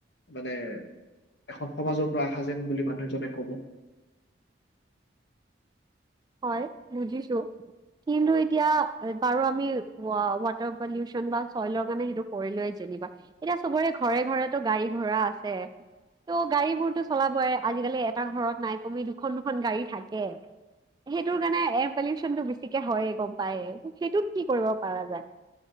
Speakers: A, on the left; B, on the right.
A: মানে এখন সমাজৰ পৰা আশা যেন বুলি মানুহ এজনে কব।
B: হয় বুজিছো কিন্তু এতিয়া বাৰু আমি ৱাটাৰ পলিউচন বা চইলৰ কাৰণে সেইটো কৰিলোয়ে যেনিবা এতিয়া চবৰে ঘৰে ঘৰে গাড়ী ঘোঁৰা আছে ত' গাড়ী বোৰতো চলাবই আজিকালি এটা ঘৰত নাই কমেও দুখন দুখন গাড়ী থাকে। সেইটোৰ কাৰণে এয়াৰ পলিউচনটো বেছিকে হয়য়ে গম পায়ে ত সেইটোত কি কৰিব পাৰা যায়?